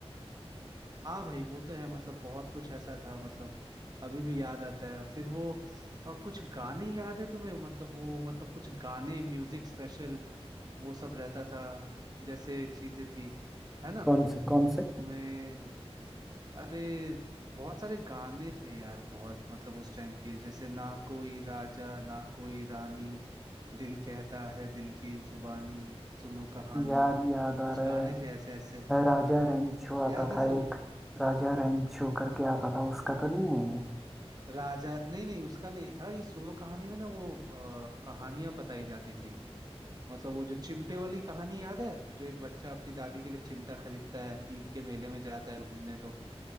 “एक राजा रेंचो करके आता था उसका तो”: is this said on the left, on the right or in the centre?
Centre